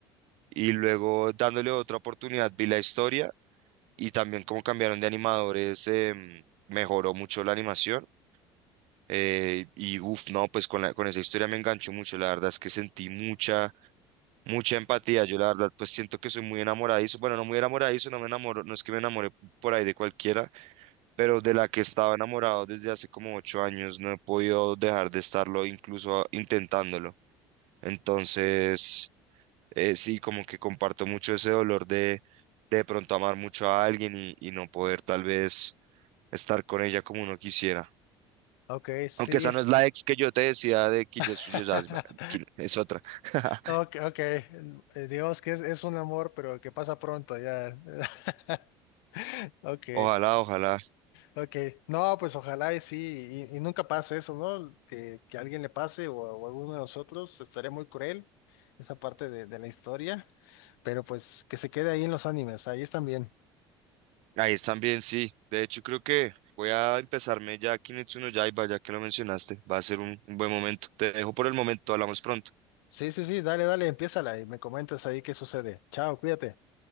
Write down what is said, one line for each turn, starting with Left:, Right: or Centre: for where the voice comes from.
Right: Y luego dándole otra oportunidad vi la historia y también como cambiaron de animadores em, mejoró mucho la animación. eh, y uff, no, pues con la- con esa historia me enganchó mucho. La verdad es que sentí mucha mucha empatía. Yo la verdad, pues siento que soy muy enamoradizo. Bueno, no muy enamoradizo, no me enamoro, no es que me enamore por ahí de cualquiera, pero de la que estaba enamorado desde hace como ocho años, no he podido dejar de estarlo, incluso a- intentándolo. Entonces, eh, sí, como que comparto mucho ese dolor de de pronto amar mucho a alguien y, y no poder tal vez estar con ella como uno quisiera.
Left: ok, sí.
Right: Aunque esa
Left: es-
Right: no es la ex que yo te decía de Kitetsu
Left: <laughs>
Right: no Yaiba, Ki- es otra. <laughs>
Left: Ok, ok. Eh, Dios, que es, es un amor, pero que pasa pronto ya. <laughs> Ok.
Right: Ojalá, ojalá.
Left: Ok, no, pues ojalá y sí, y, y nunca pase eso, ¿no? Que, que a alguien le pase o, a o a alguno de nosotros, estaría muy cruel esa parte de, de la historia, pero pues que se quede ahí en los animes, ahí están bien.
Right: Ahí están bien, sí. De hecho, creo que voy a empezarme ya Kimetsu no Yaiba, ya que lo mencionaste. Va a ser un, un buen momento. Te dejo por el momento, hablamos pronto.
Left: Sí, sí, sí, dale, dale, empiézala y me comentas ahí qué sucede. Chao, cuídate.